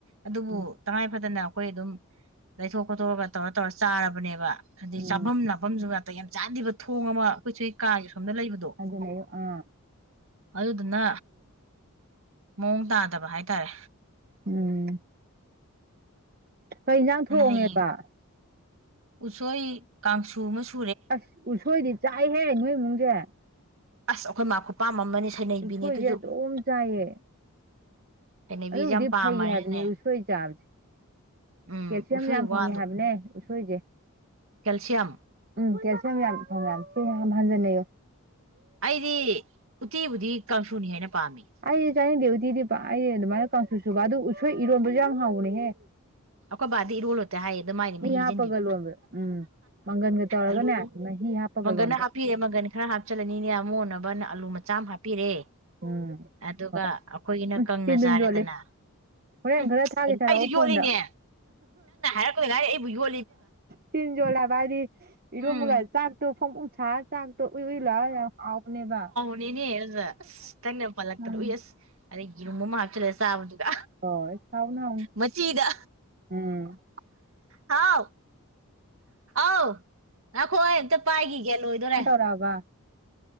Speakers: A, on the right; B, on the right.
A: ꯑꯗꯨꯕꯨ
B: ꯎꯝ
A: ꯇꯉꯥꯏ ꯐꯗꯅ ꯑꯈꯣꯏ ꯑꯗꯨꯝ ꯂꯩꯊꯣꯛ ꯈꯣꯠꯇꯣꯛꯑꯒ ꯇꯧꯔ ꯇꯧꯔ ꯆꯥꯔꯕꯅꯦꯕ ꯑꯗꯩ
B: ꯎꯝ
A: ꯆꯥꯕꯝ ꯂꯥꯕꯝꯁꯨ ꯅꯥꯇꯩ ꯌꯥꯝ ꯆꯥꯗꯦꯕ ꯊꯣꯡ ꯑꯃ ꯑꯩꯈꯣꯏ ꯆꯦ ꯍꯣꯏ ꯀꯥꯒꯤ ꯑꯁꯣꯝꯗ ꯂꯩꯕꯗꯣ
B: ꯑ
A: ꯑꯗꯨꯗꯨꯅ ꯃꯑꯣꯡ ꯇꯥꯗꯕ ꯍꯥꯏꯇꯥꯔꯦ
B: ꯎꯝ ꯀꯩ ꯏꯟꯁꯥꯡ
A: ꯑꯗꯨꯅ
B: ꯊꯣꯡꯉꯦꯕ
A: ꯍꯌꯦꯡ ꯎꯁꯣꯏ ꯀꯥꯡꯁꯨ ꯑꯃ ꯁꯨ
B: ꯑꯁ ꯎꯁꯣꯏꯗꯤ ꯆꯥꯏꯍꯦ ꯅꯣꯏ ꯏꯃꯨꯡꯁꯦ
A: ꯑꯁ ꯑꯈꯣꯏ ꯃꯥ ꯈꯨꯄꯥꯝ ꯑꯃꯅꯤ ꯁꯩꯅꯩꯕꯤꯅꯦ
B: ꯎꯁꯣꯏꯁꯦ
A: ꯑꯗꯨꯁꯨ
B: ꯑꯗꯨꯝ ꯆꯥꯏꯌꯦ
A: ꯁꯩꯅꯩꯕꯤꯁꯦ
B: ꯑꯗꯨꯕꯨꯗꯤ
A: ꯌꯥꯝ ꯄꯥꯝꯃꯅꯤꯅꯦ
B: ꯐꯩ ꯍꯥꯏꯕꯅꯤ ꯎꯁꯣꯏ ꯆꯥꯕꯁꯦ
A: ꯎꯝ
B: ꯀꯦꯜꯁꯤꯌꯝ
A: ꯎꯁꯣꯏ
B: ꯌꯥꯝ ꯐꯪꯉꯦ
A: ꯋꯥꯗꯣ
B: ꯍꯥꯏꯕꯅꯦ ꯎꯁꯣꯏꯁꯦ
A: ꯀꯦꯜꯁꯤꯌꯝ
B: ꯎꯝ ꯀꯦꯜꯁꯤꯌꯝ ꯌꯥꯝ ꯐꯪꯉꯦ ꯍꯥꯏꯝ ꯁꯤ ꯌꯥꯝ ꯍꯟꯖꯟꯅꯩꯌꯣ
A: ꯑꯩꯗꯤ ꯎꯠꯇꯤꯕꯨꯗꯤ ꯀꯥꯡꯁꯨꯅ ꯍꯦꯟꯅ ꯄꯥꯝꯃꯤ
B: ꯑꯩꯁꯨ ꯆꯥꯅꯤꯡꯗꯦ ꯎꯇꯤꯗꯤ ꯄꯥꯛ ꯑꯩ ꯑꯗꯨꯃꯥꯏꯅ ꯀꯥꯡꯁꯨ ꯁꯨꯕ ꯑꯗꯨ ꯎꯁꯣꯏ ꯏꯔꯣꯟꯕꯁꯨ ꯌꯥꯝ ꯍꯥꯎꯕꯅꯦꯍꯦ
A: ꯑꯈꯣꯏ ꯕꯥꯗꯤ ꯏꯔꯣꯜꯂꯣ ꯍꯦꯛꯇ ꯍꯥꯏꯌꯦ ꯑꯗꯨ ꯃꯥꯏꯗꯤ ꯃꯍꯤ ꯍꯩꯖꯤꯟꯕꯤꯕ
B: ꯍꯥꯞꯄꯒ ꯂꯣꯟꯕ ꯎꯝ ꯃꯪꯒꯟꯒ ꯇꯧꯔꯒꯅꯦ
A: ꯑꯂꯨ
B: ꯃꯍꯤ ꯍꯥꯞꯄꯒ
A: ꯃꯪꯒꯟꯅ
B: ꯂꯣꯟꯕ
A: ꯍꯥꯞꯄꯤꯔꯦ ꯃꯪꯒꯟ ꯈꯔ ꯍꯥꯞꯆꯤꯜꯂꯅꯤꯅꯦ ꯑꯃꯣꯟꯅꯕ ꯑꯅ ꯑꯂꯨ ꯃꯆꯥ ꯑꯃ ꯍꯥꯞ ꯄꯤꯔꯦ
B: ꯎꯝ
A: ꯑꯗꯨꯒ
B: ꯍꯣꯏ
A: ꯑꯈꯣꯏꯒꯤꯅ
B: ꯎꯝ
A: ꯀꯪꯅ
B: ꯇꯤꯟ ꯑꯗꯨꯝ
A: ꯆꯥꯔꯦꯗꯅ
B: ꯌꯣꯠꯂꯦ ꯍꯣꯔꯦꯟ
A: ꯎꯝ
B: ꯈꯔ ꯊꯥꯒꯦ ꯊꯥꯔꯛꯑꯣ
A: ꯑꯩꯁꯨ ꯌꯣꯠꯂꯤꯅꯦ
B: ꯐꯣꯟꯗ
A: <unintelligible> ꯑꯩꯕꯨ ꯌꯣ
B: ꯇꯤꯟ ꯌꯣꯠꯂꯦ ꯍꯥꯏꯕ ꯍꯥꯏꯗꯤ ꯏꯔꯣꯟꯕ
A: ꯎꯝ
B: ꯀꯥꯏꯁꯦ ꯆꯥꯛꯇꯣ ꯐꯣꯡ ꯐꯣꯡ ꯁꯥꯔ ꯆꯥꯛꯇꯣ ꯎꯏ ꯎꯏ ꯂꯥꯎꯔ ꯌꯥꯝ ꯍꯥꯎꯕꯅꯦꯕ
A: ꯅꯦꯅꯦ ꯑꯣꯖꯥ ꯑꯁ ꯇꯪꯅ ꯄꯥꯜꯂꯛꯇꯅ
B: ꯎꯝ
A: ꯎꯏ ꯑꯁ ꯑꯗꯩ ꯌꯦꯔꯨꯝ ꯑꯃ ꯍꯥꯞꯆꯜꯂ ꯆꯥꯕꯗꯨꯒ
B: ꯍꯣꯏ ꯍꯥꯎꯕꯅꯦ ꯍꯥꯎꯕꯅꯦ
A: ꯃꯆꯤꯗ
B: ꯎꯝ
A: ꯍꯥꯎ ꯑꯧ ꯉꯥꯏꯈꯣ ꯑꯩ ꯑꯝꯇ ꯄꯥꯏꯈꯤꯒꯦ ꯂꯣꯏꯗꯣꯔꯦ
B: ꯄ ꯕ